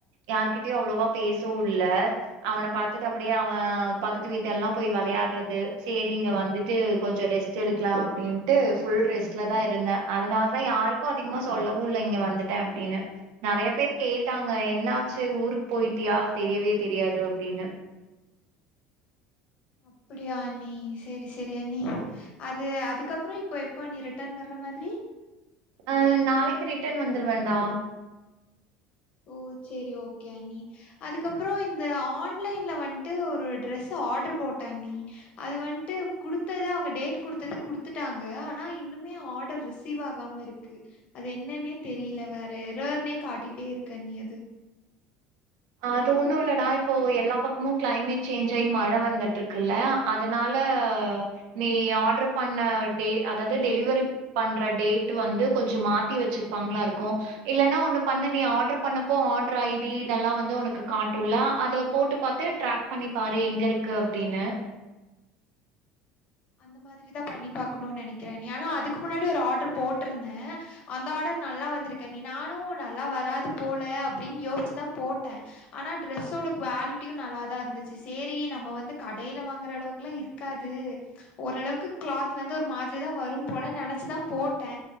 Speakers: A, on the right; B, on the left.
A: யாருகிட்டயு அவ்ளவா பேசவு இல்ல அவனபாத்துட்டு அப்டியே அவே பக்கத்து வீட்ல எல்லா போய் விளையாடுறது சரி இங்க வந்துட்டு கொஞ்ச ரெஸ்ட் எடுக்லா அப்டின்னு இட்டு ஃபுல் ரெஸ்ட்ல தா இருந்தே அதனால தா யாருக்கு அதிகமா சொல்லவு இல்ல இங்க வந்துட்டே அப்டின்னு நெறைய பேர் கேட்டாங்க என்னாச்சு ஊருக்கு போயிட்டியா தெரியவே தெரியாது அப்டின்னு
B: அப்டியா அண்ணி சரி சரி அண்ணி அது அதுக்கப்ற இப்ப எப்ப அண்ணி இப்ப ரிட்டர்ன் வர்ற மாரி
A: அ நாளைக்கு ரிட்டன் வந்துருவேண்டா
B: உம் சேரி ஓகே அண்ணி அதுக்கப்றோ இந்த ஆன்லைன்ல வந்துன்டு ஒரு ட்ரெஸ் ஆர்டர் போட்டே அண்ணி அது வந்துட்டு குடுத்தது அவுங்க டேட் குடுத்தது குடுத்துட்டாங்க ஆனா இன்னுமே ஆர்டர் ரிசீவாகாம இருக்கு அது என்னன்னே தெரியல வேற எறருனே காட்டிட்டே இருக்கு அண்ணி அது
A: அது ஒன்னு இல்லடா இப்போ எல்லா பக்கமு கிளைமேட் சேஞ்ச் ஆயி மழ வந்துட்டு இருக்குல்ல அதனால நீ ஆர்டர் பண்ண டே அதாவது டெலிவரி பண்ற டேட் வந்து கொஞ்சோ மாத்தி வச்சிருப்பாங்களா இருக்கு இல்லன்னா ஒண்ணு பண்ண நீ ஆர்டர் பண்ணப்போ ஆர்டர் ஐடி இதெல்லா வந் உனக்கு காட்டும்ல அத போட்டு பாத்து டிராக் பண்ணி பாரு எங்க இருக்கு அப்டின்னு
B: அந்த மாரிதா பண்ணி பாக்கணும்னு நெனைக்கிறே அண்ணி ஆனா அதுக்கு முன்னாடி ஒரு ஆர்ட்ர் போட்ருந்தே அந்த ஆர்டர் நல்லா வந்திருக்கு அண்ணி நானும் நல்லா வராது போல அப்டின்னு யோசிச்சுதா போட்டே ஆனா டிரெஸ்ஸோட குவாலிட்டியும் நல்லாதா இருந்துச்சு சேரி நம்ம வந்து கடையில வாங்குற அளவுக்கெல்லா க்காது ஓரளவுக்கு கிளாத் வந்து ஒரு மாரிதான் வரும் போல நெனைச்சுதா போட்டே